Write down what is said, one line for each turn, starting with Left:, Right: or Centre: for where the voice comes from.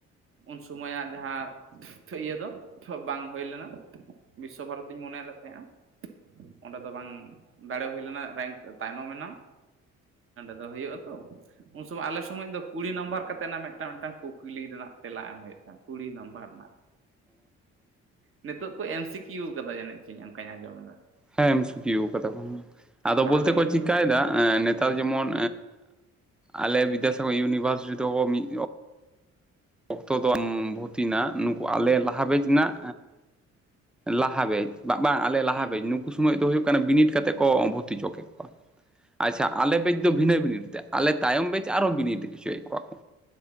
Right: ᱩᱱᱥᱚᱢᱚᱭᱟᱜ ᱡᱟᱦᱟᱸ ᱤᱭᱟᱹ ᱫᱚ ᱵᱟᱝ ᱦᱩᱭ ᱞᱮᱱᱟ ᱵᱤᱥᱥᱚ ᱵᱷᱟᱨᱚᱛᱤᱧ ᱢᱚᱱᱮ ᱞᱮᱫ ᱛᱟᱦᱮᱸᱱᱟ ᱚᱸᱰᱮ ᱫᱚ ᱵᱟᱝ ᱫᱟᱲᱮ ᱦᱩᱭ ᱞᱮᱱᱟ ᱨᱮᱝᱠ ᱛᱟᱭᱱᱚᱢ ᱮᱱᱟ ᱫᱚ ᱦᱩᱭᱩᱜ ᱟ ᱛᱚ ᱩᱱ ᱥᱚᱢᱚᱭ ᱟᱞᱮ ᱥᱚᱢᱚᱭ ᱫᱚ ᱠᱩᱲᱤ ᱱᱟᱢᱵᱟᱨ ᱠᱟᱛᱮᱴᱮᱫ ᱚᱱᱟ ᱢᱤᱫᱴᱟᱝ ᱢᱤᱫᱴᱟᱝ ᱠᱩᱠᱞᱤ ᱨᱮᱱᱟᱜ ᱛᱮᱞᱟ ᱮᱢ ᱦᱩᱭᱩᱜ ᱛᱟ ᱠᱩᱲᱤ ᱱᱟᱢᱵᱟᱨ ᱨᱮᱱᱟᱜ ᱱᱤᱛᱳᱜ ᱠᱚ ᱮᱢ ᱥᱤ ᱠᱤᱭᱩ ᱠᱟᱫᱟ ᱡᱟᱹᱱᱤᱡ ᱪᱚᱧ ᱚᱱᱠᱟᱧ ᱟᱸᱡᱚᱢᱮᱫᱟ
Centre: ᱦᱮᱸ ᱮᱢ ᱥᱤ ᱠᱤᱭᱩ ᱠᱟᱫᱟ ᱠᱚ ᱟᱫᱚ
Right: ᱛᱟᱦᱚᱞᱮ
Centre: ᱵᱚᱞᱛᱮ
Right: ᱱᱤᱛᱚᱜ
Centre: ᱠᱚ ᱪᱤᱠᱟᱭᱮᱫᱟ ᱱᱮᱛᱟᱨ
Right: ᱦᱮᱸ
Centre: ᱡᱮᱢᱚᱱ ᱟᱞᱮ ᱵᱤᱫᱫᱟᱥᱟᱜᱚᱨ ᱤᱭᱩᱱᱤᱵᱷᱟᱨᱥᱤᱴᱤ ᱫᱚᱠᱚ ᱢᱤᱫ ᱚᱠᱛᱚ ᱫᱚᱢ ᱵᱷᱩᱛᱤᱱᱟ ᱱᱩᱠᱩ ᱟᱞᱮ ᱞᱟᱦᱟ ᱵᱮᱡ
Right: ᱦᱩᱸ
Centre: ᱨᱮᱱᱟᱜ ᱞᱟᱦᱟ ᱵᱮᱪ ᱵᱟᱝ ᱟᱞᱮ ᱞᱟᱦᱟ
Right: ᱦᱩᱸ
Centre: ᱵᱮᱪ ᱱᱩᱠᱩ ᱥᱚᱢᱚᱭ ᱫᱚ ᱦᱩᱭᱩᱜ ᱠᱟᱱᱟ ᱵᱤᱱᱤᱰ ᱠᱟᱛᱮ ᱠᱚ ᱼᱼ <unintelligible> ᱟᱪᱪᱷᱟ ᱟᱞᱮ ᱵᱮᱪ ᱫᱚ ᱵᱷᱤᱱᱟᱹ ᱵᱤᱱᱤᱰ ᱛᱮ ᱟᱞᱮ ᱛᱟᱭᱚᱢ ᱵᱮᱪ ᱟᱨᱦᱚᱸ ᱵᱤᱱᱤᱰ ᱪᱚᱭᱮᱜ ᱠᱚᱣᱟ ᱠᱚ,